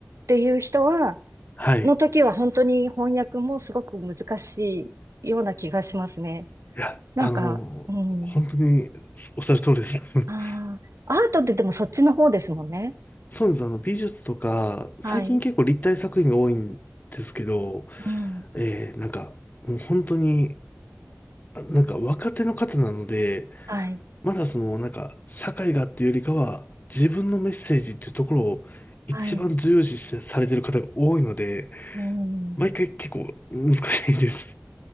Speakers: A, on the right; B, on the left.
A: ていう人は、
B: はい。
A: の時は本当に翻訳もすごく難しいような気がしますね。
B: いや、
A: なんか、
B: あの、
A: うん。
B: 本当におっしゃる通りで
A: ああ、
B: す。
A: アートってでもそっちの方ですもんね。
B: <laughs> そうです。あの、美術とか、最近結構立体作品が多いんですけど、
A: はい。うん。
B: えー、なんか、もう本当に、あなんか若手の方なので、
A: はい。
B: まだその、なんか、社会がっていうよりかは、自分のメッセージっていうところを一番重要視してされてる方が多いので、
A: はい。うん。
B: 毎回結構難しいです。